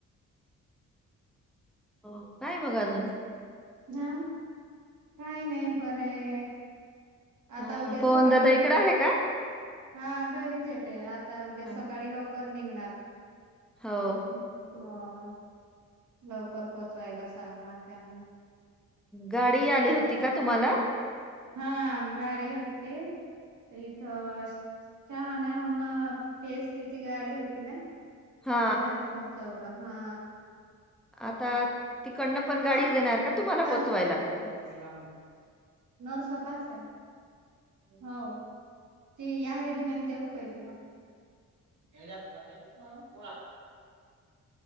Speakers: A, in the centre; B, on the right.
A: हो काय मग अजून
B: हा काय नाय बरंय आता
A: हा
B: उद्या
A: पवन
B: सकाळी
A: दादा
B: लवकर
A: इकडं आहे का
B: हा घरीच ये ते आता उद्या
A: हा.
B: सकाळी लव कर निघणार
A: हो
B: <unintelligible> हा लवकर पोहोचवायला सांगणार त्यांनी
A: गाडी आली होती का तुम्हाला?
B: हा गाडी होती. इथं चहाण्याहून पी एस सी ची गाडी होती ना.
A: हा
B: तिन पोहोचवलं हा.
A: आता तिकडनं पण गाडीच
B: हा
A: येणार का तुम्हाला
B: काय
A: पोचवायला
B: झालं <unintelligible> नवसाप असलं. हो ती <unintelligible> देवू काय तिला हॅलो